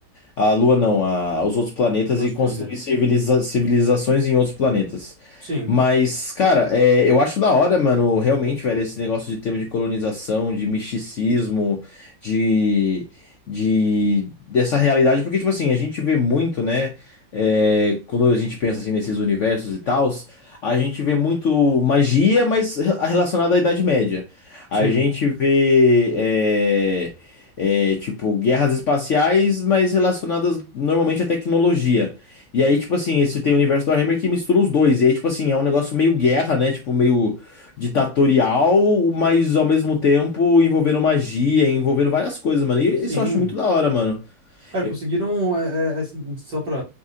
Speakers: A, on the left; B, on the right.
A: A Lua não, a, os outros planetas
B: Meus
A: e construir
B: planetas.
A: civiliza- civilizações em outros planetas.
B: Sim,
A: Mas, cara, é, eu acho da hora, mano, realmente, velho, esse negócio de tema de colonização, de misticismo, de, de dessa realidade, porque, tipo assim, a gente vê muito, né, é, quando a gente pensa assim nesses universos e tals, a gente vê muito magia, mas re- relacionada à Idade Média. A
B: sim,
A: gente vê. é, é, tipo, guerras espaciais, mas relacionadas normalmente à tecnologia. E aí, tipo assim, esse tem o universo do Warhammer que mistura os dois. E aí, tipo assim, é um negócio meio guerra, né? Tipo, meio ditatorial, mas ao mesmo tempo envolvendo magia, envolvendo várias coisas, mano. E
B: sim.
A: isso eu acho muito da hora, mano.
B: Cara,
A: Eu-
B: conseguiram, é, é, é, assim, só pra